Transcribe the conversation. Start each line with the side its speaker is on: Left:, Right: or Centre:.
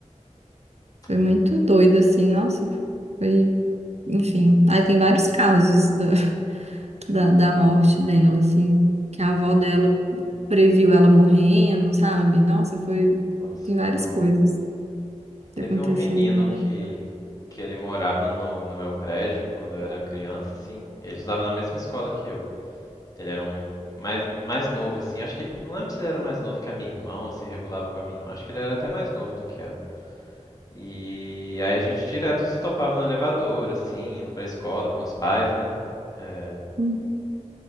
Right: Foi
Left: é,
Right: muito doido, assim, nossa, foi, enfim. Aí tem vários casos da, da, da morte dela, assim, que
Left: uhum.
Right: a avó dela previu ela morrendo, sabe? Nossa, foi,
Left: Nossa,
Right: tem
Left: que
Right: várias
Left: horror.
Right: coisas que
Left: Teve
Right: aconteceram
Left: um menino
Right: na
Left: que,
Right: época.
Left: que ele morava no, no meu prédio quando eu era criança, assim. Ele estudava na mesma escola que eu. Ele era um mais, mais novo, assim. Acho que ele. Não lembro se ele era mais novo que a minha irmã ou se regulava com a minha irmã. Acho que ele era até mais novo do que ela. E aí a gente direto se topava no elevador, assim, indo pra escola com os pais, né? É,
Right: Uhum.